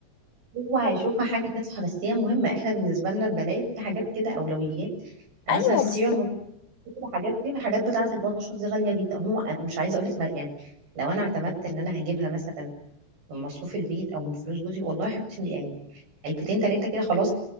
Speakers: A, on the right; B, on the left.
A: هو هيشوفها حاجة تافهة بس هي مهمة احنا بالنسبة لنا البنات في حاجات كده أولويات يعني
B: <laughs> ايوه
A: مثلا السيرم
B: بالظبط
A: والكريم والحاجات دي الحاجات بتاعة البشرة دي غالية جدا هو أنا مش عايزة أقولك ما- يعني لو أنا اعتمدت إن أنا هجيبها مثلا من مصروف البيت أو من فلوس جوزي والله يا حبيبتي يعني علبتين تلاتة كده خلاص